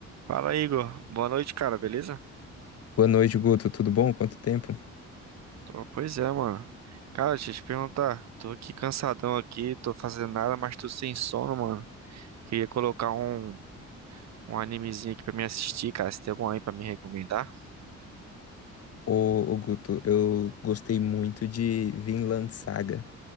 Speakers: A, on the right (about 60°); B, on the left (about 50°).
A: Fala, Igor. Boa noite, cara, beleza?
B: Boa noite, Guto. Tudo bom? Quanto tempo?
A: Tô- Pois é, mano. Cara, deixa eu te perguntar. Tô aqui cansadão aqui, tô fazendo nada, mas tô sem sono, mano. Queria colocar um, um animezinho aqui pra me assistir, cara. Se tem algum aí pra me recomendar?
B: Ô, ô, Guto, eu gostei muito de Vinland Saga.